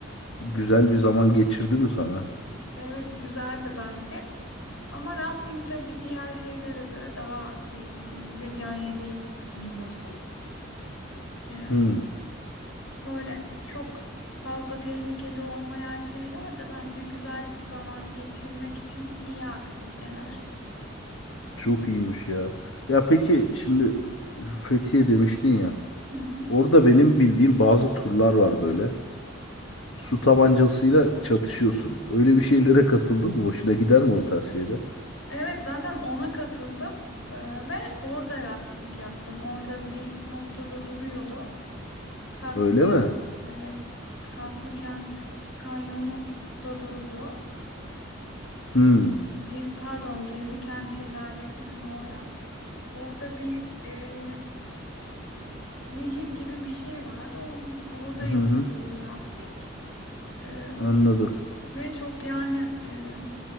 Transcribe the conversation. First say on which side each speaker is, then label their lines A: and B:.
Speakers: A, on the left; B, on the left.
A: güzel bir zaman geçirdi mi sana?
B: Evet güzeldi bence. Ama rafting tabii diğer şeylere göre daha az tehlikeli. Bir de can yeleği giyiyorsun. Ee,
A: Hmm,
B: böyle çok fazla tehlikeli olmayan şeyler de bence güzel zaman geçirmek için iyi aktiviteler.
A: çok iyiymiş ya. Ya peki şimdi Fethiye demiştin ya.
B: Hı hı.
A: Orada benim bildiğim bazı turlar var böyle. Su tabancasıyla çatışıyorsun. Öyle bir şeylere katıldın mı? Hoşuna gider mi o tarz şeyler?
B: Evet zaten ona katıldım Ee, ve orada rafting yaptım. Orada bir noktada duruyordu. Saklı
A: Öyle
B: Kent
A: mi?
B: e, Saklı Kent Kanyonu da durdu.
A: Hmm.
B: Giz- pardon Gizli Kent Şelalesi'nin orada. Orada bir e, nehir gibi bir şey vardı. On- orada
A: Hı
B: yapılıyordu
A: hı.
B: rafting. E,
A: Anladım.
B: ve çok yani e,